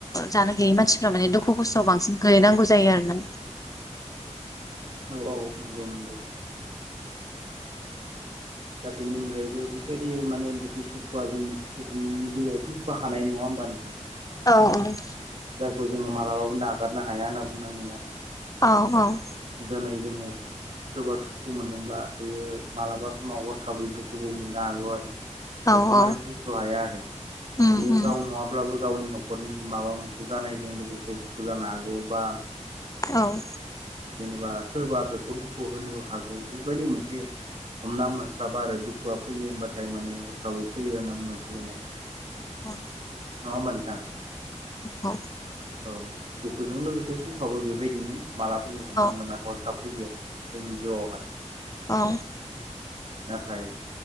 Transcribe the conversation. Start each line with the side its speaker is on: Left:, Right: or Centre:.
Left: जानो गैयै मानसिफ माने दुखु खस्थ'आव बांसिन गोलैनांगौ जायो आरो ना
Right: औ औ नंगौ नंगौ दा बेनि अनगायैबो बेफोरबायदि माने दुखु सुखुआ जोंनि सुबुंनि जिउआव फैबो हानाय नङा होमबा नोंथां
Left: औ औ
Right: जायखौ जोङो मालाबाबो नागारनो हाया होनना बुंनांगोन आरो
Left: औ औ
Right: दिनै जोङो सोरबा सुखु मोनदोंब्ला बेयो मालाबा समाव हरखाबै दुखुबो मोननो हागौ आरो
Left: औ
Right: बेखौ माने
Left: औ
Right: बुंस' हाया आरो
Left: उम
Right: बियो
Left: उम
Right: गावनो नङाब्लाबो गावनि न'खरनि माबा मोनसे जानायजों लोगोसे दुखु जानो हागौ बा
Left: औ
Right: जेनेबा सोरबा बेखौ दुखु होनो हागौ बेबायदि मोनसे हमना मोनस्लाबा आरो दुखुआ फैयो होनबाथाय माने हरखाबै फैयो होनना बुंनांसिगोन आरो
Left: अ
Right: न' मोनान्थां
Left: औ
Right: औ दुखुजों लोगोसे सखाबो बेबायदिनो मालाब फैयो हमना
Left: औ
Right: मोना हरखाब फैयो जोंनि जिउआवहाय
Left: औ
Right: नाथाय